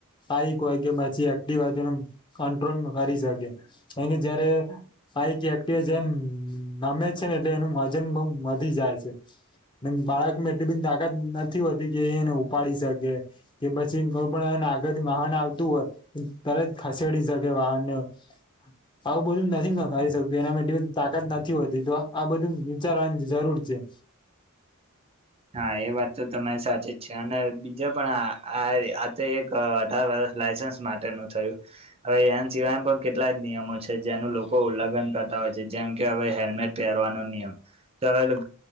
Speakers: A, on the left; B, on the right.
A: આઈક હોય કે પછી એક્ટિવા હોય તો કંટ્રોલ કરી શકે કારણ કે જયારે આઈક એક્ટિવા જેમ નમે છે ને એટલે એનું વજન બઉ વધી જાય છે. ને બાળકમાં એટલી બધી તાકાત નથી હોતી કે એને ઉપાડી શકે કે પછી કોઈ પણ આગળથી વાહન આવતું હોય તરત ખસેડી શકે વાહનને હચ આવું બધું નથીારી શકતું એનામાં બધી તાકાત નથી હોતી તો આ બધું વિચારવાની જરૂર છે.
B: હા એ વાત તો તમારી સાચી જ છે અને બીજા પણ આ આ તો એક અ અઢાર વર્ષ લાસન્સ માટેનું થયું. હવે એ સિવાય પણ કેટલા જ નિયમો છે જેનું લોકો ઉલ્લંઘન કરતા હોય છે જેમ કે હવે હેલ્મેટ પહેરવાનો નિયમ તો હવે